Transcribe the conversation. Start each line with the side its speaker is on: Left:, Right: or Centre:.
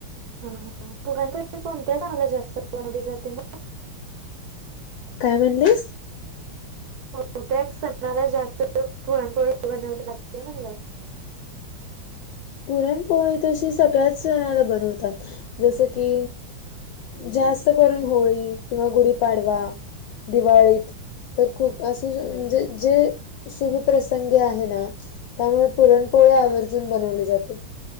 Right: <unintelligible>
Left: काय म्हणलीस?
Right: कोणत्या सणाला जास्त पुरणपोळी बनवली जाते? म्हणलं.
Left: पुरणपोळी तशी सगळ्याच जणाला बनवतात. जस कि, जास्त करून होळी किंवा गुढीपाडवा, - दिवाळीत. तर, खूप असे म्हणजे जे शुभ प्रसंगी आहे ना- त्यामुळे पुरणपोळी आवर्जून बनवले जाते.